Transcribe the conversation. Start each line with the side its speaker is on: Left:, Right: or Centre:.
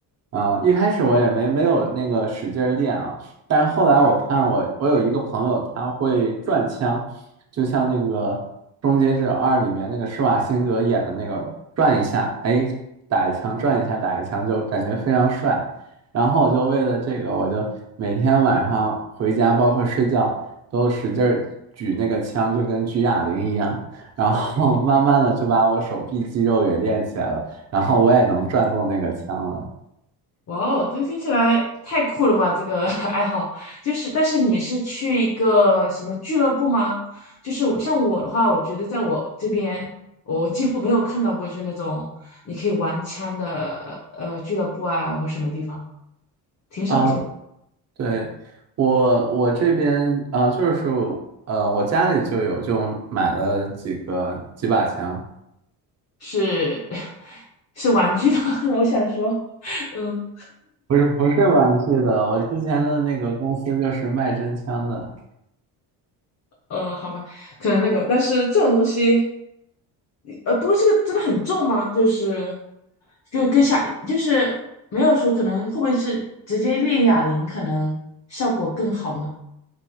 Right: 啊，一开始我也没没有那个使劲儿练啊，但是后来我看我我有一个朋友他会转枪。就像那个《终结者二》里面那个施瓦辛格演的那个转一下，哎，打一枪，转一下，打一枪，就感觉非常帅。然后我就为了这个，我就每天晚上回家，包括睡觉，都使劲儿举那个枪，就跟举哑铃一样。然后 <laughs> 慢慢的就把我手臂肌肉给练起来了，然后我也能转动那个枪了。
Left: 哇哦，这个听起来太酷了吧！这个 <laughs> 爱好就是，但是你是去一个什么俱乐部吗？就是我像我的话，我觉得在我这边，我几乎没有看到过就是那种你可以玩枪的呃俱乐部啊，或什么地方，挺少见的。
Right: 哦对，我我这边啊、呃就是呃，我家里就有，就买了几个几把枪，
Left: 是 <laughs> 是玩具的，<laughs> 我想说。嗯。
Right: 不是不是玩具的，我之前的那个公司就是卖真枪的，
Left: 呃，好吧，可能那个，但是这种东西，呃，不过这个真的很重吗？就是就跟哑，就是没有说可能会不会是直接练哑铃，可能效果更好呢？